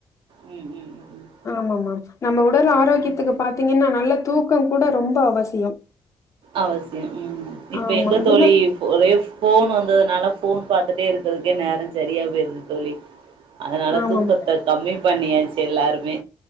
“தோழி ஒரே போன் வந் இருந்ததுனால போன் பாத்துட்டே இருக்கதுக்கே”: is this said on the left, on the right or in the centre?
Right